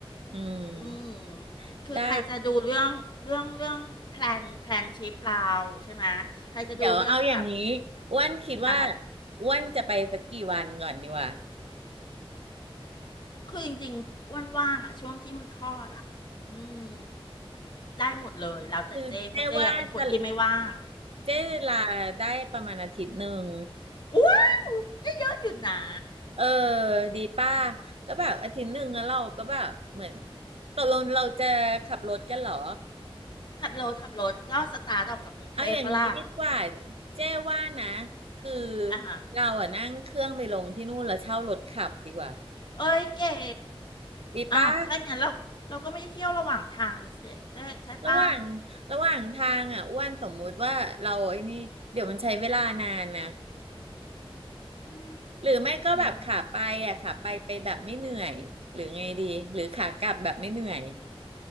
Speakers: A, on the right (about 75°); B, on the left (about 50°).
A: อืม
B: อืมคือใครจะดูเรื่องเรื่องเรื่องแพลนแพลนทริปเราใช่ไหม
A: ได้
B: ใครจะดูเรื่องแบบ
A: เดี๋ยวเอาอย่างนี้อ้วนคิดว่า
B: อะไร
A: อ้วนจะไปสักกี่วันก่อนดีวะ
B: คือจริงๆอ้วนว่างๆอะช่วงที่มันคลอดอ่ะอืมได้หมดเลยแล้วแต่เจ้เพราะเจอะเป็นคนที่ไม่ว่าง
A: คือเจ๊ว่าจะเจ๊ลาได้ประมาณอาทิตย์หนึ่ง
B: ว้าว ก็เยอะอยู่นะ
A: เออดีป้าก็แบบอาทิตย์หนึ่งแล้วเราก็แบบเหมือนตกลงเราจะขับรถกันเหรอ
B: ขับรถขับรถก็สตาร์ทออกจากกรุงเทพปะล่ะ
A: เอาอย่างนี้ดีกว่าเจ๊ว่านะคือ
B: อ่ะฮะ
A: เราอะนั่งเครื่องไปลงที่นู่นแล้วเช่ารถขับดีกว่า
B: เอ้ยเก๋
A: ดีป้า
B: อ้าวถ้าอย่างนั้นเราเราก็ไม่ได้เที่ยวระหว่างทางดิเซเจ๊ใช่ปะ
A: ระหว่างระหว่างทางอ่ะอ้วนสมมุติว่าเราไอ้นี่เดี๋ยวมันใช้เวลานานนะ
B: อื
A: หรือไม่ก็แบบขาไปอ่ะขาไปไปแบบไม่เหนื่อยหรือไงดีหรือขากลับแบบไม่เหนื่อย
B: ม